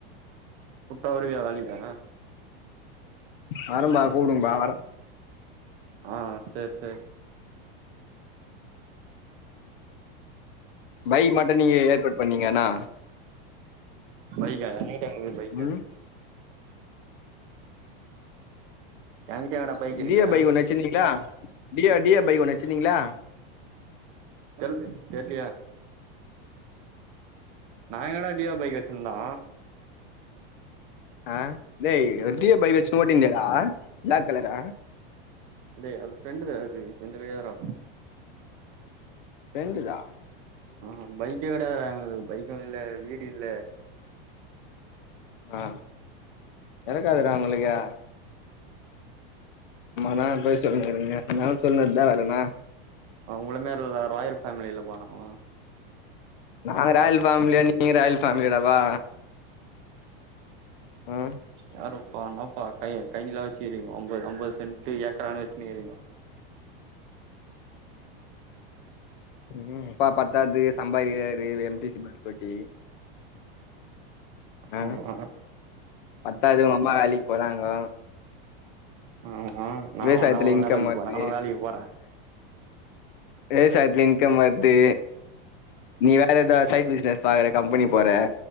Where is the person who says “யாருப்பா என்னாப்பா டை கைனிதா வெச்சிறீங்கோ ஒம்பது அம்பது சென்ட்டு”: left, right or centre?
Right